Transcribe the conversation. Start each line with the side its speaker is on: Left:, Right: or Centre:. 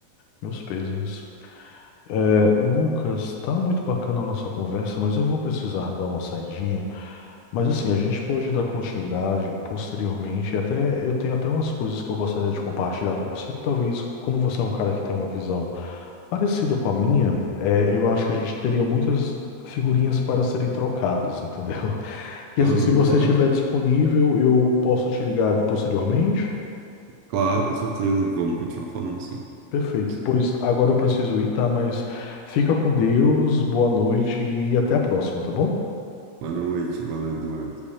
Left: Meus pêsames. É, Lucas, tá muito bacana a nossa conversa, mas eu vou precisar dar uma saidinha. Mas assim, a gente pode dar continuidade posteriormente. Até eu tenho até umas coisas que eu gostaria de compartilhar com você, que talvez, como você é um cara que tem uma visão parecida com a minha, é, eu acho que a gente teria muitas figurinhas para serem trocadas, entendeu? <laughs> E
Right: Aham,
Left: assim, se você
Right: claro.
Left: estiver disponível, eu posso te ligar posteriormente.
Right: Claro, com certeza. Vamos continuar falando, sim.
Left: Perfeito.
Right: Com cer-
Left: Pois agora eu preciso ir, tá? Mas fica com Deus, boa noite e até a próxima, tá bom?
Right: Boa noite, valeu, Eduardo.